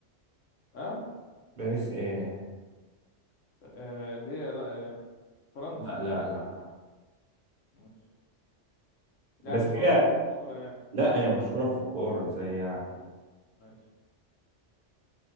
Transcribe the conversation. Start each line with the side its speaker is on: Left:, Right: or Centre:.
Left: اه
Right: باريس إيه
Left: آه، اللي هي لا آه، فرنسا
Right: لا لا لا
Left: ماشي يعني
Right: بس
Left: مش مشهورة
Right: هي
Left: في الكورة يعني
Right: لا هي مشهورة في الكورة إزاي يعني
Left: ماشي